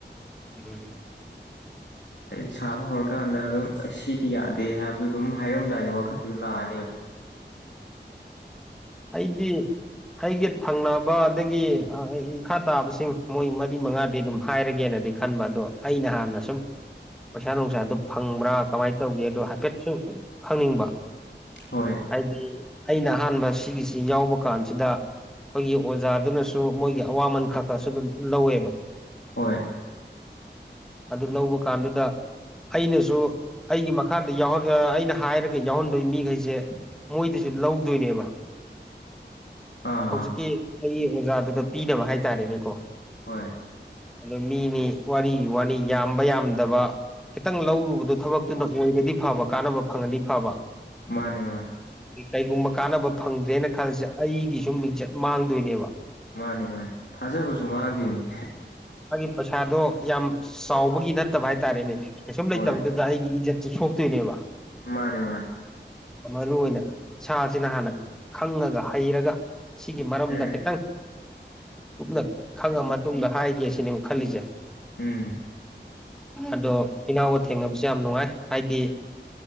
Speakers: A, in the centre; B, on the left (about 75°).
A: <unintelligible>
B: ꯑꯩ ꯁꯥꯕ ꯍꯧꯔꯀꯥꯟꯗ ꯑꯗꯨꯝ ꯑꯩꯁ ꯁꯤꯗꯤ ꯌꯥꯗꯦ ꯍꯥꯏꯕꯗꯨ ꯑꯗꯨꯝ ꯍꯥꯏꯔꯝꯗꯥꯏꯗ ꯋꯥꯈꯟꯗꯨꯗ ꯂꯥꯛꯑꯅꯦꯕ
A: ꯑꯩꯗꯤ ꯑꯩꯒ ꯊꯪꯅꯕ ꯑꯗꯒꯤ <unintelligible> ꯈꯥ ꯇꯥꯕꯁꯤꯡ ꯃꯣꯏ ꯃꯔꯤ ꯃꯉꯥꯗꯤ ꯑꯗꯨꯝ ꯍꯥꯏꯔꯒꯦꯅꯗꯤ ꯈꯟꯕ ꯑꯗꯣ ꯑꯩꯅ ꯍꯥꯟꯅ ꯁꯨꯝ ꯄꯩꯁꯥ ꯅꯨꯡꯁꯥꯗꯨ ꯐꯪꯕ꯭ꯔꯥ ꯀꯃꯥꯏꯅ ꯇꯧꯒꯦꯗꯨ ꯍꯥꯏꯐꯦꯠꯁꯨ ꯈꯪꯅꯤꯡꯕ
B: ꯍꯣꯏ
A: ꯍꯥꯏꯗꯤ ꯑꯩꯅ ꯑꯍꯥꯟꯕ ꯁꯤꯒꯤꯁꯤ ꯌꯥꯎꯕ ꯀꯥꯟꯁꯤꯗ ꯑꯩꯈꯣꯏꯒꯤ ꯑꯣꯖꯥꯗꯨꯅꯁꯨ ꯃꯣꯏꯒꯤ ꯑꯋꯥꯃꯟ ꯈꯔ ꯈꯔꯁꯨ ꯑꯗꯨꯝ ꯂꯧꯋꯦꯕ
B: ꯍꯣꯏ
A: ꯑꯗꯨ ꯂꯧꯕ ꯀꯥꯟꯗꯨꯗ ꯑꯩꯅꯁꯨ ꯑꯩꯒꯤ ꯃꯛ ꯈꯥꯗ ꯌꯥꯎ <unintelligible> ꯑꯩꯅ ꯍꯥꯏꯔꯒ ꯌꯥꯎꯍꯟꯗꯣꯏ ꯃꯤꯒꯩꯖꯦ ꯃꯣꯏꯗꯩꯖꯨ ꯂꯧꯗꯣꯏꯅꯦꯕ
B: ꯑꯥ
A: ꯍꯧꯖꯤꯛꯀꯤ
B: ꯑꯥ
A: ꯑꯩꯒꯤ ꯑꯣꯖꯥꯗꯨꯗ ꯄꯤꯅꯕ ꯍꯥꯏꯇꯥꯔꯦꯅꯦꯀꯣ
B: ꯍꯣꯏ
A: ꯑꯗꯣ ꯃꯤꯅꯤ ꯋꯥꯔꯤꯒꯤ ꯋꯥꯅꯤ ꯌꯥꯝꯕ ꯌꯥꯝꯗꯕ ꯈꯤꯇꯪ ꯂꯧꯔꯨꯕꯗꯨ ꯊꯕꯛꯇꯨꯅ ꯑꯣꯏꯔꯗꯤ ꯐꯕ ꯀꯥꯟꯅꯕ ꯐꯪꯉꯗꯤ ꯐꯕ
B: ꯃꯥꯅꯦ ꯃꯥꯅꯦ
A: ꯀꯩꯒꯨꯝꯕ ꯀꯥꯟꯅꯕ ꯐꯪꯗ꯭ꯔꯦꯅ ꯈꯜꯂꯁꯦ ꯑꯩꯒꯤꯁꯨ ꯃꯤꯡꯆꯠ ꯃꯥꯡꯗꯣꯏꯅꯦꯕ
B: ꯃꯥꯅꯤ ꯃꯥꯅꯤ ꯊꯥꯖꯕꯁꯨ ꯃꯥꯡꯗꯣꯏꯅꯤ
A: ꯃꯥꯒꯤ ꯄꯩꯁꯥꯗꯣ ꯌꯥꯝ ꯆꯥꯎꯕꯒꯤ ꯅꯠ ꯇꯕ ꯍꯥꯏꯇꯥꯔꯦꯅꯦ ꯀꯩꯁꯨꯝ ꯂꯩꯇꯕꯗꯨꯗ
B: ꯍꯣꯏ
A: ꯑꯩꯒꯤ ꯏꯖꯠꯁꯨ ꯁꯣꯛꯇꯣꯏꯅꯦꯕ
B: ꯃꯥꯅꯦ ꯃꯥꯅꯦ
A: ꯃꯔꯨ ꯑꯣꯏꯅ ꯏꯁꯥꯁꯤꯅ ꯍꯥꯟꯅ ꯈꯪꯉꯒ ꯍꯩꯔꯒ ꯁꯤꯒꯤ ꯃꯔꯝꯗ
B: ꯎꯝ
A: ꯈꯤꯇꯪ ꯀꯨꯞꯅ ꯈꯪꯉ ꯃꯇꯨꯡꯗ ꯍꯥꯏꯒꯦ ꯁꯤꯅꯦꯕ ꯈꯜꯂꯤꯖꯦ
B: ꯎꯝ
A: ꯑꯗꯣ ꯏꯅꯥꯎꯒ ꯊꯦꯡꯅꯕꯁꯦ ꯌꯥꯝ ꯅꯨꯡꯉꯥꯏ ꯍꯥꯏꯗꯤ